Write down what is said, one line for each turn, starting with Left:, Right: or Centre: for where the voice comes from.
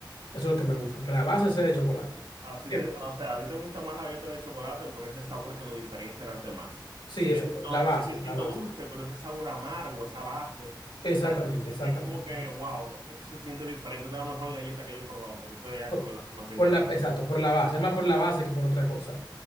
Left: Eso es lo que me gusta, que la base sea de chocolate.
Right: Así
Left: Bien.
Right: te, o sea, a ti te gusta más la galleta de chocolate por ese sabor que lo diferencia de las demás.
Left: Sí,
Right: Sigue
Left: exacto,
Right: siendo,
Left: la base,
Right: sigue siendo
Left: la base.
Right: dulce, pero ese sabor amargo, esa base.
Left: Exactamente,
Right: O sea,
Left: exactamente.
Right: es como
Left: exactamente.
Right: que, wow, esto se siente diferente. Esta es la mejor galleta que yo he probado, que tú te hayas
Left: Por,
Right: comido la misma cincuenta
Left: por la, exacto, por la base, es más por la base que por otra cosa.